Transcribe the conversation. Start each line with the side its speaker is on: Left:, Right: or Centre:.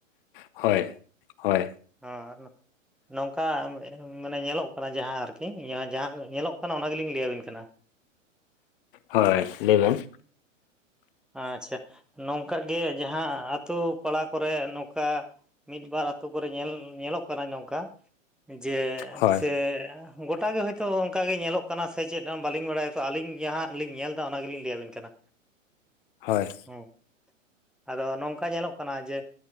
Left: ᱦᱳᱭ᱾ ᱦᱳᱭ
Centre: ᱟᱨ <inaudible> ᱱᱚᱝᱠᱟ ᱢᱟᱱᱮ ᱧᱮᱞᱚᱜ ᱠᱟᱱᱟ ᱡᱟᱦᱟᱸ ᱟᱨᱠᱤ ᱡᱟᱦᱟᱸ ᱧᱮᱞᱚᱜ ᱠᱟᱱᱟ ᱚᱱᱟ ᱜᱮᱞᱤᱧ ᱞᱟᱹᱭ ᱟᱵᱤᱱ ᱠᱟᱱᱟ᱾
Left: ᱦᱳᱭ ᱞᱟᱹᱭ ᱵᱤᱱ᱾
Centre: ᱟᱪᱪᱷᱟ ᱱᱚᱝᱠᱟ ᱜᱮ ᱡᱟᱦᱟᱸ ᱟᱛᱳ ᱯᱟᱲᱟ ᱠᱚᱨᱮ ᱱᱚᱝᱠᱟ ᱢᱤᱫ ᱵᱟᱨ ᱟᱛᱳ ᱠᱚᱨᱮ ᱧᱮᱞ ᱧᱮᱞᱚᱜ ᱠᱟᱱᱟ ᱱᱚᱝᱠᱟ ᱡᱮ
Left: ᱦᱳᱭ
Centre: ᱥᱮ ᱜᱚᱴᱟᱜ ᱜᱮ ᱦᱳᱭᱛᱳ ᱚᱝᱠᱟ ᱜᱮ ᱧᱮᱞᱚᱜ ᱠᱟᱱᱟ ᱥᱮ ᱪᱮᱫ ᱵᱟᱹᱞᱤᱧ ᱵᱟᱲᱟᱭᱟ ᱛᱚ ᱟᱹᱞᱤᱧ ᱵᱮᱣᱦᱟᱸᱜ ᱞᱤᱧ ᱚᱱᱟᱜᱮᱞᱤᱧ ᱞᱟᱹᱭᱟᱵᱤᱱ ᱠᱟᱱᱟ᱾
Left: ᱦᱳᱭ᱾
Centre: ᱦᱩᱸ ᱟᱫᱚ ᱱᱚᱝᱠᱟ ᱧᱮᱞᱚᱜ ᱠᱟᱱᱟ ᱡᱮ